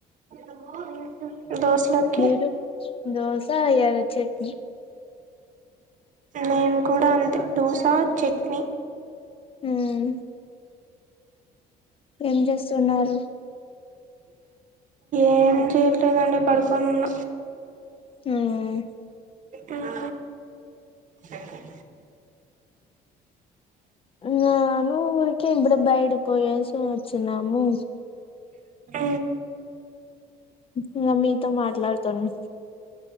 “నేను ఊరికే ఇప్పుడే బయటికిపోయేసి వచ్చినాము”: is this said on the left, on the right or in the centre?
Left